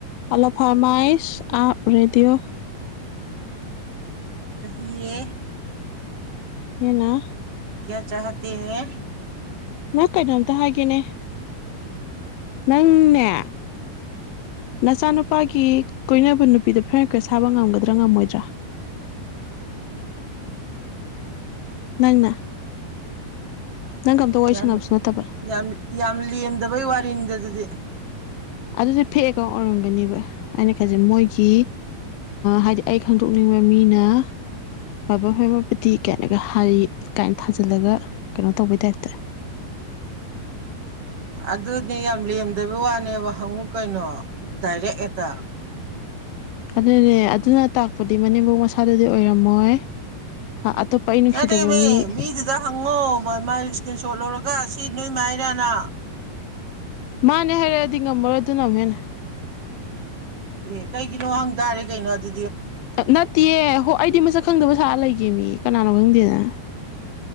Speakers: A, on the left; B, on the right.
A: ꯇꯂꯞ <unintelligible> <unintelligible> ꯐꯔꯃꯥꯏꯁ ꯑꯞ ꯔꯦꯗꯤꯌꯑꯣ
B: ꯀꯍꯤꯌꯦ
A: ꯍꯦꯅꯥ
B: ꯀꯌꯥ ꯆꯥꯍꯥ ꯇꯦ ꯍꯦ
A: ꯅ ꯀꯩꯅꯣꯝꯇ ꯍꯥꯏꯒꯦꯅꯦ ꯅꯪꯅꯦ ꯅꯆꯥꯅꯨꯄꯥ ꯅꯨꯄꯥꯒꯤ ꯀꯣꯏꯅꯕ ꯅꯨꯄꯤꯗꯣ ꯐꯔꯦꯟ ꯔꯤꯀꯋꯥꯁ ꯊꯕꯥ ꯉꯝꯒꯗ꯭ꯔꯥ ꯉꯝꯃꯣꯏꯗ꯭ꯔꯥ ꯅꯪꯅ ꯅꯪꯒ ꯑꯝꯇ ꯋꯥꯔꯤ
B: ꯌꯥꯝ
A: ꯁꯥꯟꯅꯕꯁꯨ ꯅꯠꯇꯕ
B: ꯌꯥꯝ ꯌꯥꯝ ꯂꯦꯝꯗꯕꯩ ꯋꯥꯔꯤꯅꯤꯗ <inaudible> <unintelligible>
A: ꯑꯗꯨꯗꯤ ꯐꯦꯛ ꯑꯦꯀꯥꯎꯟ ꯑꯣꯏꯔꯝꯒꯅꯦꯕ ꯑꯩꯅ ꯈꯟꯖꯩ ꯃꯣꯏꯒꯤ ꯍꯥꯏꯗꯤ ꯑꯩ ꯈꯪꯗꯣꯛꯅꯤꯡꯕ ꯃꯤꯅ ꯕꯥ ꯃꯃꯄꯗꯤꯤ ꯀꯥꯏꯅꯒ ꯍꯥꯏꯔꯤ ꯀꯥꯏꯅ ꯊꯥꯖꯤꯜꯂꯒ ꯀꯩꯅꯣ ꯇꯧꯕꯩ ꯇꯥꯏꯞꯇ
B: ꯑꯗꯨꯅꯦ ꯌꯥꯝ ꯂꯦꯝꯗꯕ ꯋꯥꯅꯦꯕ ꯍꯪꯉꯨ ꯀꯩꯅꯣ ꯗꯥꯏꯔꯦꯛ ꯍꯦꯛꯇ
A: ꯑꯗꯨꯅꯦ ꯑꯗꯨꯅ ꯇꯥꯛꯄꯗꯤ ꯃꯅꯦꯝꯄꯧ ꯃꯁꯥꯗꯗꯤ ꯑꯣꯏꯔꯝꯃꯣꯏ ꯑꯇꯣꯞꯄ ꯑꯩ ꯅꯨꯡꯁꯤꯗꯕ
B: ꯅꯠꯇꯦꯃꯦ
A: ꯃꯤ
B: ꯃꯤꯗꯨꯗ ꯍꯪꯉꯣ ꯃ ꯃꯥꯏ ꯏꯁꯀ꯭ꯔꯤꯟ ꯁꯣꯠ ꯂꯧꯔꯒ ꯁꯤ ꯅꯣꯏ ꯃꯥꯏꯔꯥꯅ ꯅꯥ
A: ꯃꯥꯅꯦ ꯍꯥꯏꯔꯛꯑꯗꯤ ꯉꯝꯃꯔꯣꯏ ꯑꯗꯨ ꯑꯃꯨꯛ ꯍꯦꯟꯅ
B: ꯑꯦ ꯀꯩꯒꯤꯅꯣ ꯍꯪ ꯇꯔꯦ ꯀꯩꯅꯣ ꯑꯗꯨ
A: ꯅꯠꯇꯦꯌꯦ ꯍꯣ ꯑꯩꯗꯤ ꯃꯁꯛ ꯈꯪꯗꯕ ꯊ ꯂꯩꯒꯦ ꯃꯤ ꯀꯅꯥꯅꯣ ꯈꯪꯗꯦꯗꯅ